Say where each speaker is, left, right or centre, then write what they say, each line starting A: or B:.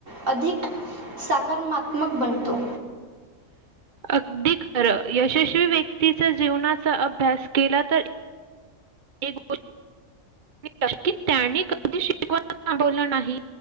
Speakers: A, on the right; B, on the right.
A: अधिक साकारमात्मक बनतो.
B: अगदी खर यशस्वी व्यक्तीचा जीवनाचा अभ्यास केला तर. एक. क कष्ट त्यानी कधी शिकवा थबवलं नाही